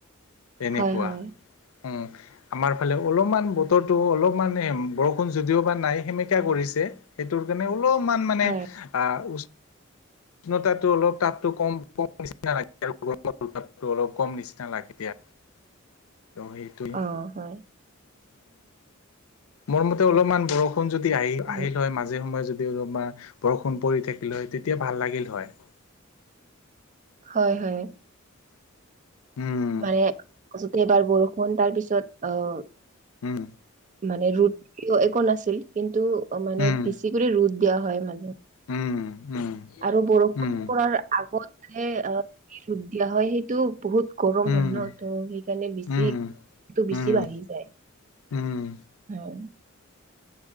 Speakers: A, on the left; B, on the right.
A: তেনেকুৱা
B: হয়, হয়, <inaudible>
A: উম, আমাৰ ফালে অলপমান বতৰটো অলপমান বৰষুণ যদিও বা নাই সেমেকায়া কৰিছে সেইটোৰ কাৰণে অলপমান মানে
B: হয়,
A: আহ উষ্ণতাটো অলপ তাপটো কম কম নিচিনা লাগে আৰু অলপ কম নিচিনা লাগে দিয়া
B: <inaudible>
A: অ সেইটোৱে
B: অ', হয়,
A: মোৰমতে অলপমান বৰষুণ যদি আহি
B: উম,
A: আহিল হয় মাজে সময়ে যদি অলপমান বৰষুণ পৰি থাকিলে হয় তেতিয়া ভাল লাগিল হয়
B: হয় হয়
A: উম
B: মানে যতে এবাৰ বৰষুণ তাৰপিছত আহ
A: উম
B: মানে ৰ'দ একো নাছিল কিন্তু মানে
A: উম
B: বেছিক কৰি ৰ'দ দিয়া হয় মাজত
A: উম উম
B: আৰু বৰষুণ
A: উম
B: পৰাৰ আগত যে ৰ'দ দিয়া হয় সেইটো বহুত গৰম
A: উম
B: হয় ন ত' সেইকাৰণে বেছি
A: উম
B: এটো বেছি
A: উম
B: বাঢ়ি যায়।
A: উম'
B: অঁম'